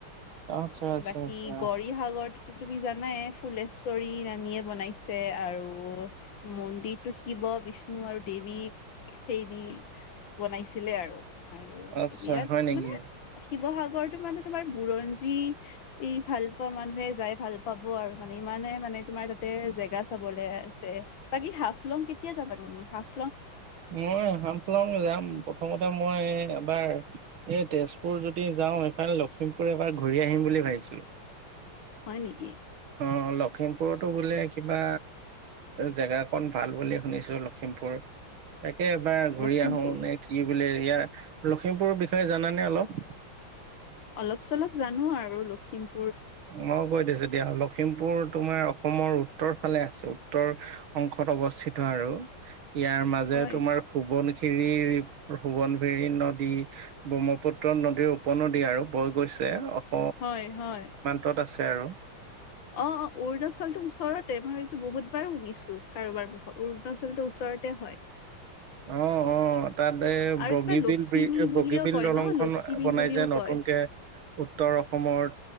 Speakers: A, on the right; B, on the left.
A: আচ্ছা আচ্ছা
B: বাকী
A: আচ্ছা
B: গৌৰীসাগৰ তুমি জানাই ফুলেশ্বৰী ৰানীয়ে বনাইছে আৰু মন্দিৰটো শিৱ বিষ্ণু আৰু দেৱী সেই দি বনাইছিলে আৰু আৰু
A: আচ্ছা
B: বিৰাট
A: হয় নেকি?
B: মানে শিৱসাগৰত তো মানে তোমাৰ বুৰঞ্জী ই ভাল পোৱা মানুহে যাই ভাল পাব আৰু মানে ইমানে মানে মাৰ তাতে জেগা চাবলে আছে বাকী হাফলং কেতিয়া যাবা তুমি হাফ
A: মই হামফলং যাম প্ৰথমতে মই এবাৰ এই তেজপুৰ যদি যাও এইফালে লখিমপুৰ এবাৰ ঘূৰি আহিম বুলি ভাবিছিলো
B: হয় নেকি
A: অ লখিমপুৰতো বোলে কিবা জেগা কন ভাল বুলি শুনিছো লখিমপুৰ তা তাকে এবাৰ ঘূৰি
B: লখিমপুৰ
A: আহো নে কি বোলে ইয়াৰ লখিমপুৰৰ বিষয়ে জানানে অলপ
B: অলপ চলপ জানো আৰু লখিমপুৰ
A: ম কৈ দিছো দিয়া লখিমপুৰ তোমাৰ অসমৰ উত্তৰ ফালে আছে উত্তৰ অংশত অৱস্থিত আৰু ইয়াৰ মাজে
B: হয়
A: তোমাৰ শুবন খিৰি সুৱনভিৰী নদী ব্ৰহ্মপুত্ৰ নদীৰ উপনদী আৰু বৈ গৈছে অ-
B: হয় হয়
A: ত আছে আৰু
B: অ অ অৰুণাচলটো ওচৰতে মই এইটো বহুত- বাৰ শুনিছো কাৰোবাৰ মুত অৰুণাচলটোৰ ওচৰতে হয়
A: অ অ অ তাত এ
B: আৰু
A: বগীবিল
B: কিবা লখিমী বুলিও
A: বগীবিল
B: কয়
A: দলং
B: ন
A: খন
B: লখিমী
A: বনাইছে
B: বুলিও
A: নতুনকে
B: কয়
A: উত্তৰ অসমৰ যা-